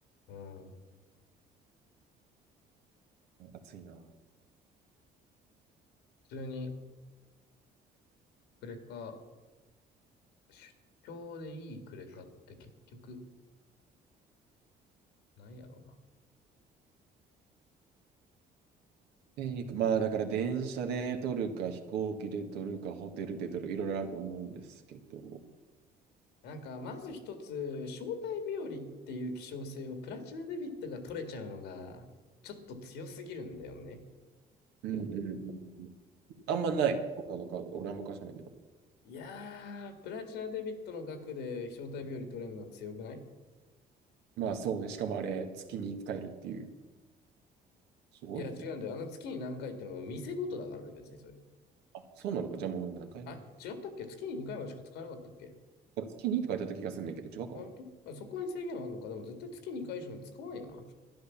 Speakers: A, on the left; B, on the right.
A: うん。
B: 暑いな。
A: 普通にクレカ、出張でいいクレカって結局、なんやろうな。
B: で、行くまあ、だから電車で撮るか、飛行機で撮るか、ホテルで撮る、いろいろあると思うんですけど、
A: なんか、まず一つ、招待日和っていう希少性をプラチナデビットが取れちゃうのが、ちょっと強すぎるんだよね。
B: うんうんうん。あんまない、他のカード。俺は昔ないけど。
A: いやー、プラチナデビットの額で招待日和取れるのは強くない
B: まあそうね、しかもあれ、月に使えるっていう。すごいよね。
A: いや、違うんだよ。あの月に何回ってのも店ごとだからね、別にそれ。
B: あ、そうなのか。じゃあもう何回目や。
A: あ、違ったっけ月に2回までしか使えなかったっけ
B: 月にって書いてあった気がするんだけど、違うかな。
A: ほんとあそこに制限はあるのかでも絶対月に2回以上なんて使わんよな。